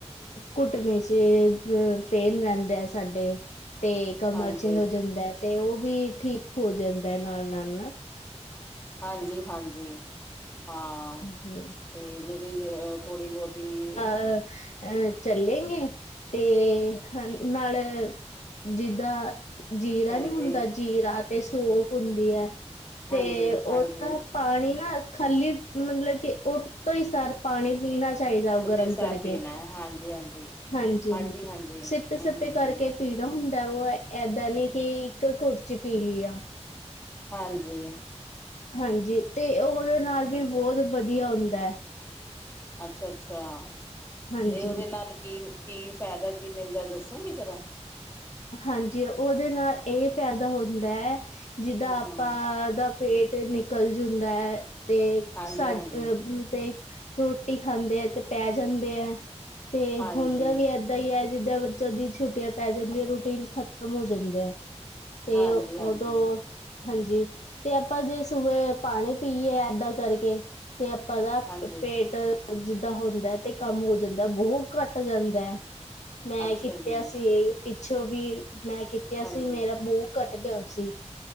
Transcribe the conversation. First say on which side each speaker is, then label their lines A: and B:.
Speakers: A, on the left (about 80°); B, on the left (about 20°).
A: ਘੁੱਟਣੇ ਚ ਅ ਫੇਲ ਰਹਿੰਦਾ ਏ ਸਾਡੇ। ਤੇ ਕਮਰ
B: ਹਾਂਜੀ
A: ਚ ਹੋ ਜਾਂਦਾ ਏ, ਤੇ ਉਹ ਵੀ ਠੀਕ ਹੋ ਜਾਂਦਾ ਐ ਨਾਲ- ਨਾਲ ਨਾ।
B: ਹਾਂਜੀ- ਹਾਂਜੀ ਹਾਂ
A: ਜੀ
B: ਅਤੇ ਜਿਹੜੀ ਥੋੜ੍ਹੀ-ਬਹੁਤੀ
A: ਹਹ ਅਹ ਚੱਲੇ ਗੇ, ਤੇ ਨਾਲ ਜਿਦਾਂ ਜੀਰਾ
B: ਹਾਂਜੀ
A: ਨਈ ਹੁੰਦਾ ਜੀਰਾ ਤੇ, ਸੋਫ ਹੁੰਦੀ ਹੈ ਤੇ
B: ਹਾਂਜੀ
A: ਉਹ
B: ਹਾਂਜੀ
A: ਨਾ ਪਾਣੀ ਨਾ ਖਾਲੀ ਮਤਲਬ ਕਿ, ਉਹ ਤੋਂ ਹੀ ਸਾਰ ਪਾਣੀ ਪੀਣਾ ਚਾਹੀਦਾ,
B: ਉੱਡਦੇ
A: ਉਹ ਗਰਮ
B: ਸਾਰ
A: ਕਰਕੇ,
B: ਪੀਣਾ ਹੈ ਹਾਂਜੀ ਹਾਂਜੀ
A: ਹਾਂਜੀ-ਹਾਂਜੀ
B: ਹਾਂਜੀ ਹਾਂਜੀ ਹੂੰ
A: ਸਿੱਪੇ- ਸਿੱਪੇ
B: ਹੂੰ
A: ਕਰਕੇ
B: ਹੂੰ
A: ਪੀ ਜੋ ਹੁੰਦਾ ਉ ਵ ਏਦਾਂ ਨੇੀ ਕਿ, ਇੱਕ ਘੁਟ ਚ ਪੀ ਲਿਆ
B: ਹਾਂਜੀ।
A: ਹਾਂਜੀ, ਤੇ ਉਹਦੇ ਨਾਲ ਵੀ ਬਹੁਤ ਵਧੀਆ ਹੁੰਦਾ
B: ਅੱਛਾ -ਅੱਛਾ
A: ਹਾਂਜੀ
B: ਤੇ ਉਹਦੇ ਨਾਲ ਕੀ, -ਕੀ ਫਾਇਦਾ ਕੀ ਮਿਲਦਾ, ਦੱਸੋ ਵੀ ਜ਼ਰਾ?
A: ਹਾਂਜੀ ਉਹਦੇ ਨਾਲ ਇਹ ਫਾਇਦਾ ਹੁੰਦਾ, ਜਿੱਦਾਂ
B: ਹੂੰ
A: ਆਪਾਂ ਦਾ ਪੇਟ ਤੇ ਨਿਕਲ ਜਾਂਦਾ, ਤੇ
B: ਹਾਂਜੀ
A: ਸਾ ਅਹ
B: ਹਾਂਜੀ
A: ਤੇ ਰੋਟੀ ਖਾਂਦੇ ਹੈ, ਤੇ ਪੈ ਜਾਂਦੇ ਆ
B: ਹਾਂਜੀ
A: ਹੁੰਦਾ ਵੀ ਤਾਂ ਹੀ ਹੈ ਜਿੱਦਾਂ, ਬੱਚਿਆ ਦੀ ਛੁੱਟੀਆਂ ਪੈ ਜਾਂਦੀਆਂ, ਰੂਟੀਨ ਖਤਮ ਹੋ ਜਾਂਦੇ ਤੇ
B: ਹਾਂਜੀ
A: ਉਦੋਂ
B: ਹਾਂਜੀ
A: ਹਾਂਜੀ, ਤੇ ਆਪਾਂ ਜੇ ਸੁਬਹ ਪਾਣੀ ਪੀਏ ਏਦਾਂ ਕਰਕੇ ਤੇ ਆਪਾਂ ਦਾ,
B: ਹਾਂਜੀ
A: ਪੇਟ ਜਿੱਦਾਂ ਹੁੰਦਾ ਤੇ, ਕੰਮ ਹੋ ਜਾਂਦਾ, ਬਹੁਤ ਘੱਟ ਜਾਂਦਾ ਮੈਂ
B: ਅੱਛਾ
A: ਕੀਤਿਆ
B: ਜੀ
A: ਸੀ। ਪਿੱਛੋਂ ਵੀ ਮੈਂ ਕੀਤਿਆ
B: ਹਾਂਜੀ
A: ਸੀ। ਮੇਰਾ ਬੋਹ ਘੱਟ ਗਿਆ ਸੀ।